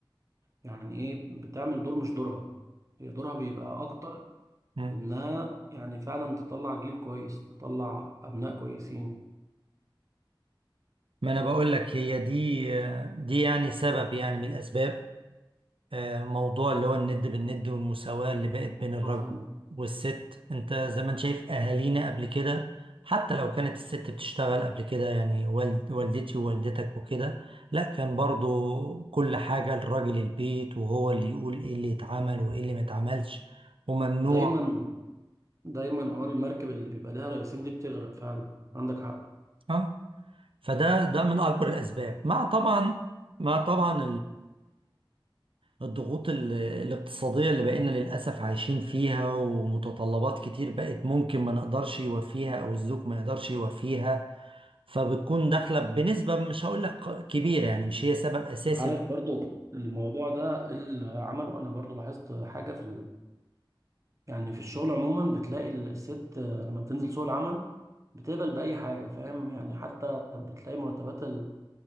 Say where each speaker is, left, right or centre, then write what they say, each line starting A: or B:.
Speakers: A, on the right (about 35°); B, on the right (about 85°).
A: يعني ايه بتعمل دور مش دورها هي دورها بيبقى اكتر
B: اه
A: انها يعني فعلا تطلع جيل كويس تطلع ابناء كويسين
B: ما انا بقول لك هي دي دي يعني سبب يعني من الاسباب آه، موضوع اللي هو الند بالند والمساواة اللي بقت بين الرجل
A: الله فاهمة
B: والست انت زي ما انت شايف اهالينا قبل كده حتى لو كانت الست بتشتغل قبل كده يعني والد والدتي ووالدتك وكده لا كان برضو كل حاجة الراجل البيت وهو اللي يقول ايه اللي يتعمل وايه اللي ما يتعملش وممنوع
A: دايما دايما اه المركب اللي بيبقى لها رئيسين دي بتغرق فعلا عندك حق
B: اه فده ده من اكبر الاسباب مع طبعا مع طبعا الضغوط ال- الاقتصادية اللي بقينا للأسف عايشين فيها ومتطلبات كتير بقت ممكن ما نقدرش يوفيها أو الزوج ما يقدرش يوفيها فبتكون داخلة بنسبة مش هقول لك كبيرة يعني مش هي سبب أساسي
A: عارف برضو الموضوع ده اللي عمله انا برضو لاحظت حاجه في يعني في الشغل عموما بتلاقي الست آه، لما بتنزل سوق العمل بتقبل بأي حاجة فاهم يعني حتى بتلاقي مرتبات ال-